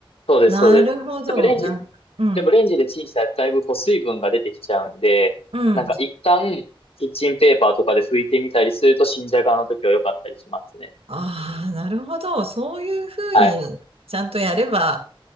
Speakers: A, on the left; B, on the right.
A: そうです、
B: なるほど。
A: そうです。でもレンジ、
B: なん、うん、
A: でもレンジでチンしたらだいぶこう水分が出てきちゃうんで、
B: うん。
A: なんか一旦キッチンペーパーとかで拭いてみたりすると新じゃがの時は良かったりしますね。
B: ああ、なるほど。そういうふうに、
A: はい。
B: ちゃんとやれば、